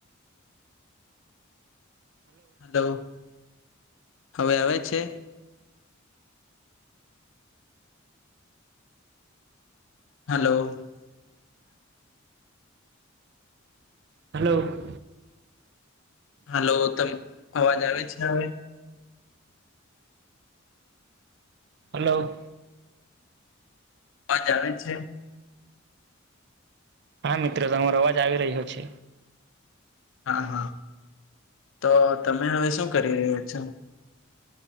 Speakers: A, on the left; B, on the right.
A: હલો હવે આવે છે. હલો.
B: હલો.
A: હલો તમ અવાજ આવે છે હવે?
B: હલો.
A: આવાજ આવે છે?
B: હા મિત્રો તમારો અવાજ આવી રહ્યો છે.
A: હા હા તો તમે હવે શું કરી રહ્યા છો?